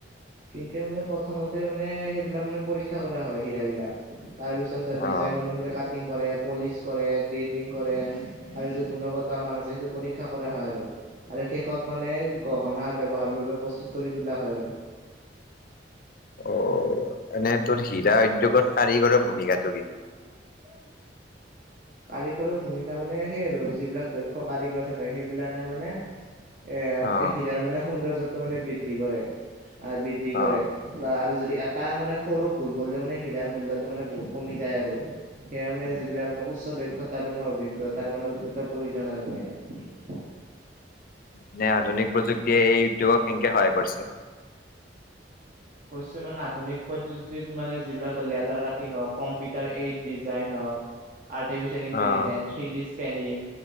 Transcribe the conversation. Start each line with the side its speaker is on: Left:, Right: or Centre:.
Right: কেনকে মানে প্ৰথমতে মানে সেইবিলাক মানে পৰীক্ষা কৰা হয় হীৰাবিলাক। তাৰপিছত ধৰ ডিজাইন
Left: অ
Right: অনুসৰি কাটিং কৰে, পলিচ কৰে, গ্ৰেডিং কৰে। আৰু যিটো গুণগত মান আছে, সেইটো পৰীক্ষা কৰা হয় আৰু। আৰু শেষত মানে গহনাৰ ব্যৱহাৰৰ বাবে প্ৰস্তুত কৰি তোলা হয় আৰু।
Left: অহ, এনেই তোৰ হীৰা উদ্যোগত কাৰিগৰৰ ভূমিকাটো কি?
Right: <unintelligible> কাৰিকৰৰ ভূমিকা মানে সেই আৰু যিবিলাক দক্ষ কাৰিকৰ থাকে, সেইবিলাকে মানে এ
Left: অ
Right: হিৰাৰ মানে সৌন্দৰ্যটো মানে বৃদ্ধি কৰে অহ, বৃদ্ধি কৰে।
Left: অ
Right: লা আৰু যদি এটা মানে সৰু ভুল কৰিলেও মানে হিৰাৰ মূল্যটো মানে বহুত কমি যায় আৰু। সেয়া মানে যিবিলাক মানে উচ্চ দক্ষতাৰ মানে, অভিজ্ঞতাৰ মানে, অত্যন্ত প্ৰয়োজন আৰু মানে ইয়াত।
Left: মানে আধুনিক প্ৰযুক্তিয়ে এই উদ্যোগক কেনকে সহায় কৰিছে?
Right: কৈছে মানে আধুনিক পদ্ধতিত মানে যিবিলাক লেজাৰ কাটিং হওঁক, কম্পিউটাৰ এইট ডিজাইন হওঁক। আৰ্তিফিছেল ইন্টেলিজেন্ট,
Left: অ',
Right: থ্ৰিদি স্কেনিং,